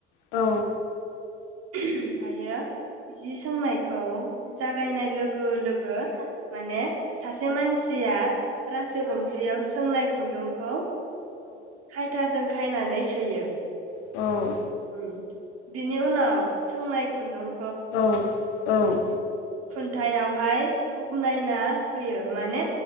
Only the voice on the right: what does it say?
ओमफ्रायो जि सोंनायखौ जागायनाय लोगो लोगो माने सासे मानसि या रासो गंसेयाव सोंनाय खुन्दुंखौ खायथाजों खायनानै सोयो
उम बिनि उनाव सोंनाय खुन्दुं
खुन्थायावहाय उगनायना होयो। माने